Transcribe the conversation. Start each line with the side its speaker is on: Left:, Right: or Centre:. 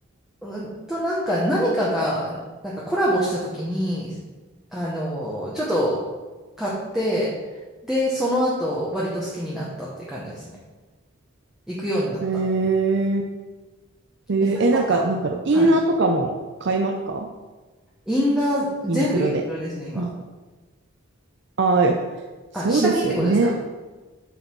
Centre: うんとなんか何かが、なんかコラボした時に、あの、ちょっと買って、で、その後割と好きになったっていう感じですね。行くようになった。
Right: うん。へえ。へええ、
Centre: え、幸子さん、
Right: なんかなんだろう。インナーとかも買いますか
Centre: はい。インナー全部ユニクロですね、
Right: ユニクロで。
Centre: 今。
Right: うん。ああ、やっぱ、そうですよね。
Centre: あ、下着ってことですか